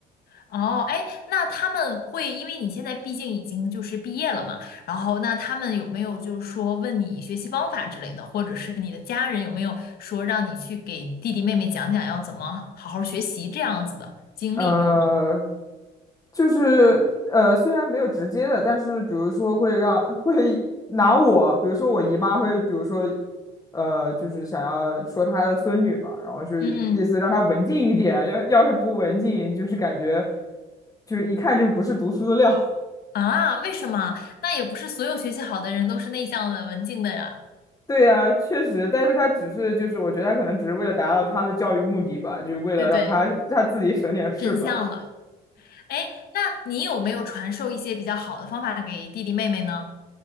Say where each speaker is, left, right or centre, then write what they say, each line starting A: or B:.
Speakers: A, on the left; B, on the left.
A: 哦，哎，那他们会，因为你现在毕竟已经就是毕业了嘛，然后那他们有没有就是说问你学习方法之类的，或者是你的家人有没有说让你去给弟弟妹妹讲讲要怎么好好学习这样子的经历有吗？
B: 呃，就是呃，虽然没有直接的，但是比如说会让 <laughs> 会拿我，比如说我姨妈会，比如说呃，就是想要说她的孙女嘛，然后就是意思让她文静一点，
A: 嗯，
B: 要要是不文静，就是感觉就一看就不是读书的料。
A: 啊，为什么？那也不是所有学习好的人都是内向的、文静的呀，
B: <laughs> 对呀，确实，但是她只是就是，我觉得她可能只是为了达到她的教育目的吧，就为了让她她自己省点事吧。
A: 对不对？真相了。哎，那你有没有传授一些比较好的方法给弟弟妹妹呢？